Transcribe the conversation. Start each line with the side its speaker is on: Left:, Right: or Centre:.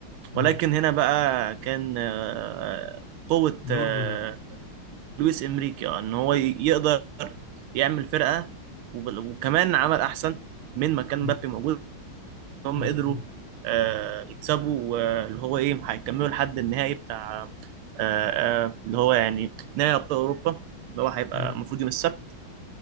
Left: مم.
Right: ولكن هنا بقى كان آه، قوة
Left: دور
Right: آه،
Left: مدرب
Right: لويس إنريكي آه، إن هو ي- يقدر يعمل فرقة وب- وكمان عمل أحسن من ما كان
Left: مم.
Right: مبابي موجود هم
Left: مظبوط
Right: قدروا آه، يكسبوا واللي هو إيه هيكملوا لحد النهائي بتاع آه، آه، اللي هو يعني نهائي أبطال أوروبا اللي هو هيبقى
Left: مم.
Right: المفروض يوم السبت